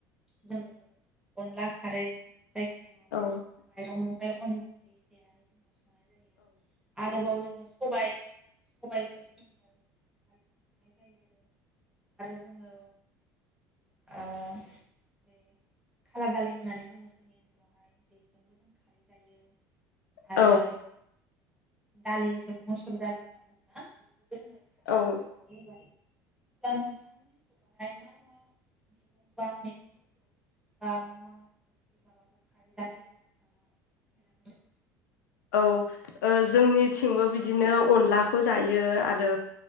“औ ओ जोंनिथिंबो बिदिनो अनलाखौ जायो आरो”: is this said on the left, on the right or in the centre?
Left